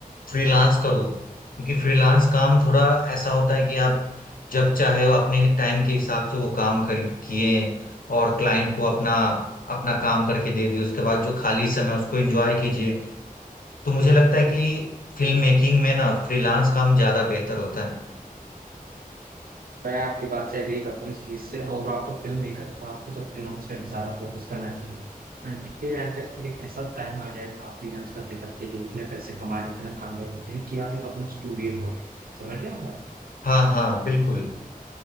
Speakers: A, on the left (about 70°); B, on the right (about 75°).
A: फ्रीलांस करूं क्योंकि फ्रीलांस काम थोड़ा ऐसा होता है कि आप जब चाहे वो अपने टाइम के हिसाब से वो काम कर किए और क्लाइंट को अपना अपना काम करके दे दिए उसके बाद जो खाली समय उसको एंजॉय कीजिए तो मुझे लगता है कि फिल्म मेकिंग में ना फ्रीलांस काम ज्यादा बेहतर होता है
B: आपकी बात से एग्री करता हूँ इस चीज़ से और आप तो फ़िल्म मेकर हैं, तो आपको तो फ्रीलांस पे भी ज़्यादा फ़ोकस करना चाहिए। अंटिल एंड अनलेस कि एक ऐसा टाइम आ जाए आप फ्रीलांस करते-करते जो इतने पैसे कमा रहे हैं, इतना कामयाब हो जाए कि आप एक अपना स्टूडियो खोलें। समझ रहे हैं आप बात?
A: हाँ हाँ बिल्कुल